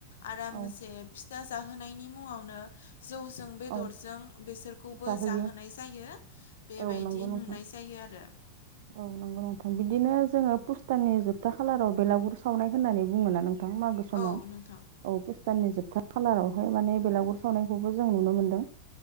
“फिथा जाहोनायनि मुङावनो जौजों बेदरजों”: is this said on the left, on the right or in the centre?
Left